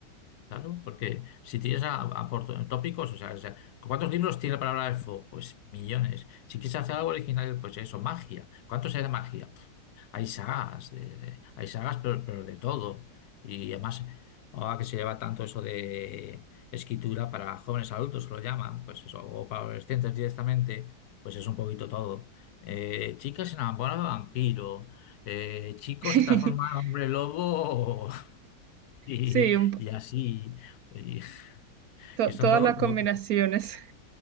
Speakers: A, on the left; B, on the right.
A: Claro, porque si tienes a, a por tópicos, o sea, o sea, ¿cuántos libros tiene la palabra elfo? Pues millones. Si quieres hacer algo original, pues eso, magia. ¿Cuántos hay de magia? Pf, Hay sagas, de- de- hay sagas, pero, pero de todo. Y además, ahora que se lleva tanto eso de escritura para jóvenes adultos, que lo llaman, pues eso, o para adolescentes directamente, pues es un poquito todo. Eh, chicas se enamoran de vampiro, eh, chicos
B: <laughs>
A: se transforman en hombre lobo y,
B: Sí, un,
A: y así, y-
B: To-
A: que son
B: todas
A: todo
B: las
A: como,
B: combinaciones. <laughs>